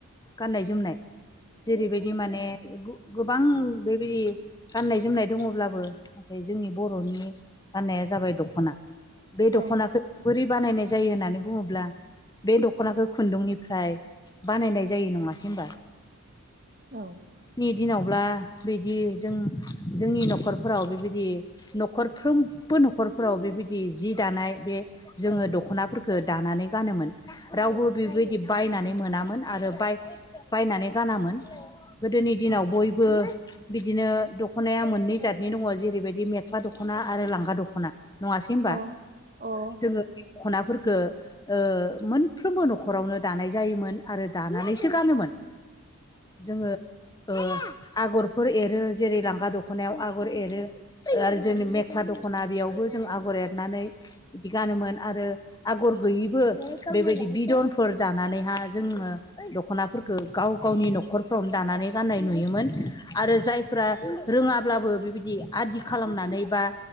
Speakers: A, on the left (about 15°); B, on the right (about 40°).
A: गाननायजोमनाय जेरैबायदि माने गोबां बेबायदि गाननाय-जोमनाय दङब्लाबो नाथाय जोंनि बर'नि गाननाया जाबाय दख'ना। बे
B: औ
A: दख'नाखौ बोरै बानायनाय जायो होननानै बुङोब्ला, बे दख'नाखौ खुन्दुंनिफ्राय बानायनाय जायो। नङासै होनबा?
B: औ
A: दिनावब्ला बिदि जों जोंनि न'खरफोराव बेबायदि न'खरफ्रोमबो न'खरफोराव बेबायदि जि दानाय बे जोङो दख'नाफोरखौ दानानै गानोमोन रावबो बेबायदि बायनानै मोनामोन आरो बाय बायनानै गानामोन गोदोनि दिनाव बयबो बो बिदिनो दख'नाया मोननै जादनि दङ जेरैबायदि मेख्ला दख'ना आरो लांगा दख'ना। नङासै होनोमबा?
B: अ अ औ
A: जोङो दखनाफोरखौ ओ मोनफ्रोमबो न'खर न'खरावनो दानाय जायोमोन आरो दानानैसो गानोमोन जोङो ओ आगरफोर एरो जेरै लांगा दख'नायाव आगर एरो आरो जोंनि मेख्ला दख'ना बेयावबो बो जों आगर एरनानै बिदि गानोमोन आरो आगर गैयैबो बेबायदि बिदन फोर दानानैहा जोङो दख'नाफोरखौ गाव गावनि न'खरफ्रावनो दानानै गाननाय नुयोमोन। आरो जायफ्रा रोङाब्लाबो बिबायदि आदि खालामनानै बा